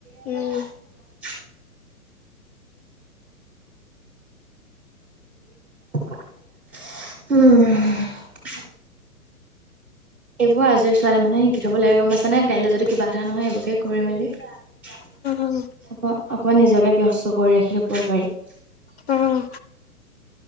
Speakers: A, in the centre; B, on the left.
A: <inaudible>
B: উম
A: উম। এইবোৰ আজৰি ছোৱালী মানুহে শিকি থব লাগে গম পাইছানে কাইলৈ যদি কিবা এটা নহয় এইবোৰকে কৰি মেলি
B: উম
A: অক অকমান নিজকে ব্যস্ত কৰি ৰাখিব পাৰি ।
B: উম উম উম